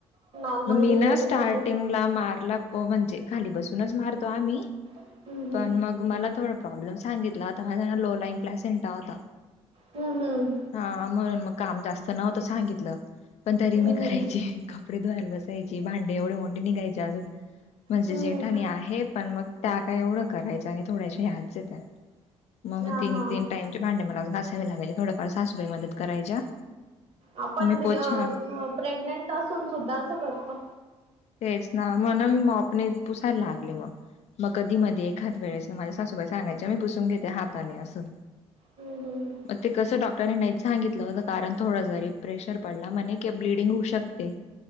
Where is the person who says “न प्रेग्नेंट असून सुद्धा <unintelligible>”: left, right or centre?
Right